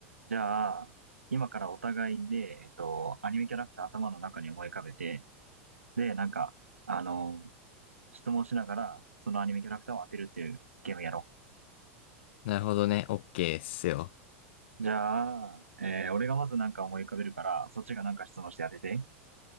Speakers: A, on the right (about 80°); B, on the left (about 55°).
A: じゃあ、今からお互いで、えっと、アニメキャラクター頭の中に思い浮かべて、で、なんか、あの、質問しながら、そのアニメキャラクターを当てるっていうゲームやろ
B: なるほどね。オッケーっすよ。
A: う。じゃあ、えー俺がまずなんか思い浮かべるから、そっちがなんか質問して当てて。